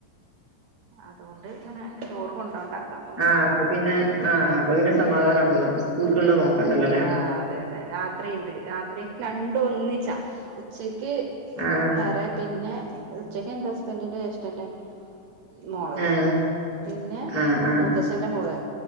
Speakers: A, on the right; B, in the centre.
A: അതുകൊണ്ട് ഇങ്ങനെ ചോറ് കൊണ്ടോണ്ട അതാ
B: ആഹ് അപ്പൊ പിന്നെ ആഹ് അപ്പൊ പിന്നെ സമാധാനാണല്ലോ സ്കൂൾക്കുള്ളത്
A: ഉം ആഹ്
B: നോക്കണ്ടല്ലോല്ലേ
A: അതെ അതെ രാത്രിണ്ട് രാത്രി രണ്ടും ഒന്നിച്ചാ ഉച്ചക്ക്
B: ആഹ്
A: വേറെ പിന്നെ ഉച്ചക്ക് എന്റെ ഹസ്ബന്റിന്റെ ജ്യേഷ്ഠന്റെ മോളത്
B: ആഹ്
A: പിന്നെ
B: ആഹ് ആഹ്
A: മൂത്തച്ചന്റെ മോള്